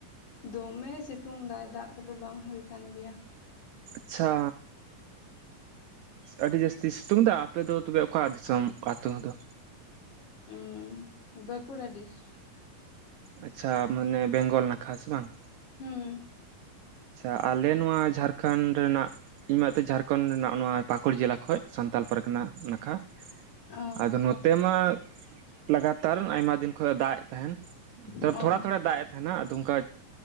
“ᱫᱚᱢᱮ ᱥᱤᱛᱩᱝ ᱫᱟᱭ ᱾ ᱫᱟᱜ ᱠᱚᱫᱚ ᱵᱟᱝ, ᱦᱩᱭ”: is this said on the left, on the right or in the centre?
Left